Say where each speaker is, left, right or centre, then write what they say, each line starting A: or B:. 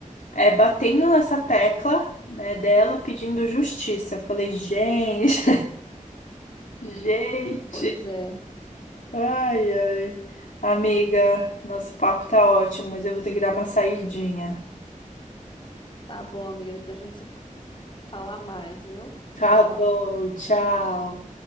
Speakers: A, on the left; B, on the left.
A: é batendo nessa tecla, né, dela pedindo justiça. Eu falei, gente, <laughs> gente.
B: Pois é.
A: Ai, ai. Amiga, nosso papo tá ótimo, mas eu vou ter que dar uma saidinha.
B: Tá bom, amiga, depois a gente se fala mais, viu?
A: Tá
B: Tchau.
A: bom, tchau.